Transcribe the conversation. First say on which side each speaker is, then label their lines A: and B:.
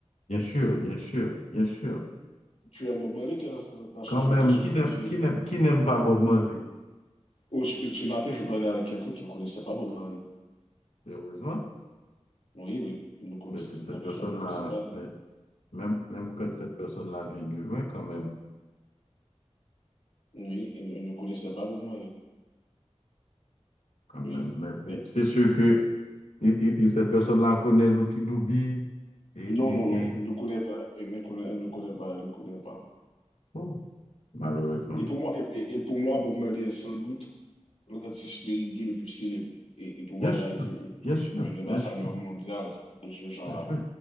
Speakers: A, on the left; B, on the left.
A: bien sûr, bien sûr, bien sûr.
B: Tu aimes Bob Marley? Quelle est ta chanson,
A: Quand même,
B: ta chanson
A: qui n'aime,
B: préférée?
A: qui n'aime, qui n'aime pas Bob Marley?
B: Oh, ce ce matin, je parlais avec quelqu'un qui ne connaissait pas Bob Marley.
A: Heureusement,
B: Oui, oui, il ne connaissait,
A: mais c'est- cette
B: la personne
A: personne-là,
B: ne connaissait pas. genre.
A: mais même, même quand cette personne-là vient de loin, quand même,
B: Oui, il ne ne connaissait pas Bob Marley.
A: quand
B: Oui.
A: même. Mais
B: Mais-
A: c'est sûr que et, et- et cette personne-là connaît Lucky Dubé et,
B: non,
A: et,
B: non, non,
A: et
B: il ne connaît pas. Il ne connaît, il ne connaît pas. Il ne connaît pas.
A: bon, malheureusement.
B: Et pour moi, et, et pour moi, Bob Marley est sans doute l'artiste de reggae le plus célèbre. Et, et pour moi,
A: Bien sûr,
B: il a été
A: bien sûr,
B: un ambassadeur
A: bien sûr,
B: mondial de ce genre-là.
A: bien sûr.